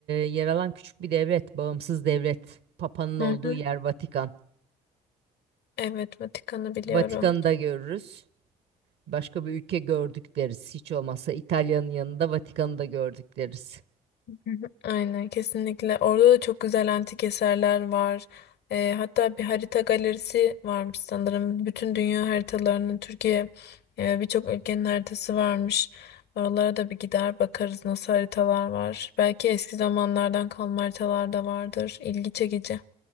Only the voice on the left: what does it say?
Hı hı.
Evet, Vatikan'ı biliyorum.
Hı hı. Aynen kesinlikle. Orada da çok güzel antik eserler var. Ee, hatta bir harita galerisi varmış sanırım. Bütün dünya haritalarının Türkiye e, birçok ülkenin haritası varmış. Oralara da bir gider bakarız nasıl haritalar var. Belki eski zamanlardan kalma haritalar da vardır. İlgi çekici.